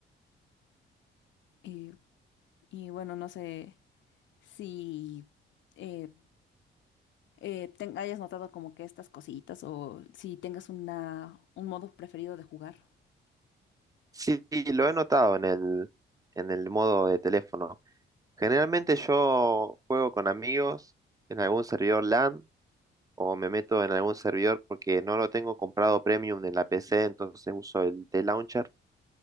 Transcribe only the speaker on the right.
Sí, lo he notado en el, en el modo de teléfono. Generalmente yo juego con amigos en algún servidor LAN o me meto en algún servidor porque no lo tengo comprado premium en la PC, entonces uso el T-Launcher